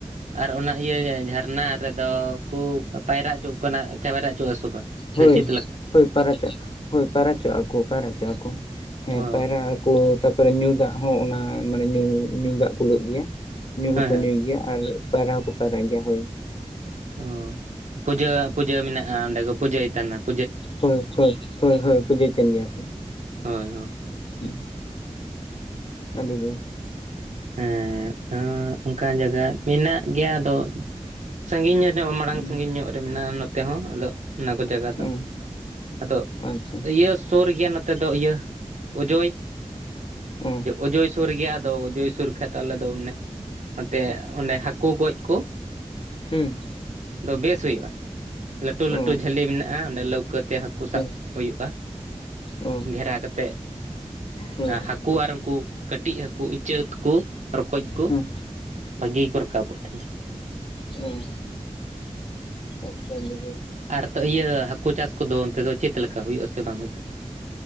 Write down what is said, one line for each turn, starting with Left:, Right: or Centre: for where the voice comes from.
Right: ᱟᱨ ᱚᱱᱟ ᱤᱭᱟᱹ ᱡᱷᱟᱨᱱᱟ ᱨᱮᱫᱚ ᱠᱚ ᱯᱟᱭᱨᱟ ᱚᱪᱚᱜ ᱠᱟᱱᱟ ᱪᱟ ᱯᱟᱭᱨᱟ ᱚᱪᱚᱜᱼᱟ ᱥᱮ ᱵᱟᱝ? ᱥᱮ
Left: ᱦᱳᱭ
Right: ᱪᱮᱫ ᱞᱮᱠᱟ
Left: ᱦᱳᱭ ᱯᱟᱭᱨᱟ ᱦᱚᱪᱚ ᱟᱠᱚ ᱾ ᱦᱳᱭ ᱯᱟᱭᱨᱟ ᱦᱚᱪᱚ ᱟᱠᱚ ᱯᱟᱭᱨᱟ ᱦᱟᱪᱚ ᱟᱠᱚ, ᱦᱮᱸ
Right: ᱚ
Left: ᱯᱟᱭᱨᱟ ᱠᱚ ᱛᱟᱯᱚᱨᱮ ᱧᱩ ᱫᱟᱜ ᱦᱚᱸ, ᱚᱱᱟ ᱢᱟᱱᱮ ᱧᱩ ᱧᱩ ᱫᱟᱜ ᱠᱩᱞᱟᱹᱜ ᱜᱮᱭᱟ ᱾ ᱧᱩ ᱦᱚᱸᱠᱚ
Right: ᱦᱳᱭ
Left: ᱧᱩᱭ ᱜᱮᱭᱟ ᱟᱨ ᱯᱟᱭᱨᱟ ᱦᱚᱸᱠᱚ ᱯᱟᱭᱨᱟᱜ ᱜᱮᱭᱟ, ᱦᱳᱭ ᱾
Right: ᱚ, ᱯᱩᱡᱟᱹ ᱯᱩᱡᱟᱹ ᱢᱮᱱᱟᱜᱼᱟ ᱚᱸᱰᱮ ᱠᱚ ᱯᱩᱡᱟᱹᱭ ᱛᱟᱦᱮᱱᱟ ᱾
Left: ᱦᱳᱭ ᱦᱳᱭ, ᱦᱳᱭ ᱦᱳᱭ ᱯᱩᱡᱟᱹ ᱛᱟᱦᱮᱱ ᱜᱮᱭᱟ ᱠᱚ ᱾
Right: ᱦᱳᱭ ᱦᱳ
Left: ᱦᱩᱻ ᱟᱹᱰᱤ ᱵᱮᱥ ᱾
Right: ᱦᱮᱸ ᱚᱱᱠᱟᱱ ᱡᱟᱭᱜᱟ ᱢᱮᱱᱟᱜ ᱜᱮᱭᱟ ᱾ ᱟᱫᱚ ᱥᱟᱺᱜᱤᱧ ᱧᱚ ᱧᱚᱜ ᱢᱟᱲᱟᱝ
Left: ᱦᱩᱸ
Right: ᱥᱟᱺᱜᱤᱧ ᱧᱚᱜ ᱨᱮ ᱢᱮᱱᱟᱜᱼᱟ ᱱᱚᱛᱮ ᱦᱚᱸ ᱾ ᱟᱫᱚ ᱚᱱᱟ ᱠᱚ ᱡᱟᱭᱜᱟ
Left: ᱦᱩᱸ
Right: ᱫᱚ ᱾ <inaudible> ᱟᱫᱚ
Left: ᱟᱪᱪᱷᱟ
Right: ᱤᱭᱟᱹ ᱥᱩᱨ ᱜᱮᱭᱟ ᱱᱚᱛ ᱱᱚᱛᱮ ᱫᱚ ᱤᱭᱟᱹ ᱚᱡᱚᱭ
Left: ᱦᱩᱸ ᱾
Right: ᱚᱡᱚᱭ ᱥᱩᱨ ᱜᱮᱭᱟ, ᱟᱫᱚ ᱚᱡᱚᱭ ᱥᱩᱨ ᱠᱷᱟᱡ ᱛᱚ ᱟᱞᱮ ᱫᱚ ᱢᱟᱱᱮ ᱱᱚᱛᱮ ᱢᱟᱱᱮ ᱦᱟᱹᱠᱩ ᱜᱚᱡ ᱠᱚ
Left: ᱦᱩᱸ ᱾
Right: ᱫᱚ ᱵᱮᱥ ᱦᱩᱭᱩᱜᱼᱟ ᱾ ᱞᱟᱹᱴᱩ
Left: ᱚ
Right: ᱞᱟᱹᱴᱩ ᱡᱷᱟᱹᱞᱤ ᱢᱮᱱᱟᱜᱼᱟ, ᱚᱸᱰᱮ ᱞᱟᱹᱣᱠᱟᱹ ᱛᱮ ᱦᱟᱹᱠᱩ ᱥᱟᱵ
Left: ᱦᱮᱸ
Right: ᱦᱩᱭᱩᱜᱼᱟ ᱾
Left: ᱚ
Right: ᱜᱷᱮᱨᱟ ᱠᱟᱛᱮᱫ
Left: ᱦᱳᱭ
Right: <inaudible> ᱦᱟᱹ ᱠᱩ ᱟᱨ ᱩᱱᱠᱩ ᱠᱟᱹᱴᱤᱡ ᱦᱟᱹᱠᱩ, ᱤᱪᱟᱹᱜ ᱠᱚ, ᱨᱚᱠᱚᱡ ᱠᱚ
Left: ᱦᱮᱸ
Right: ᱾ ᱵᱷᱟᱜᱮ ᱜᱮᱠᱚ ᱨᱟᱠᱟᱵᱚᱜ ᱛᱟᱦᱮᱱᱟ ᱾
Left: ᱚᱻ ᱟᱪᱪᱷᱟ <unintelligible>
Right: ᱟᱨ ᱛᱚ ᱤᱭᱟᱹ ᱦᱟᱹᱠᱩ ᱪᱟᱥ ᱠᱚᱫᱚ ᱚᱱᱛᱮ ᱫᱚ ᱪᱮᱫ ᱞᱮᱠᱟ ᱦᱩᱭᱩᱜᱼᱟ ᱥᱮ ᱵᱟᱝ ᱦᱩᱭᱩᱜ-ᱟ?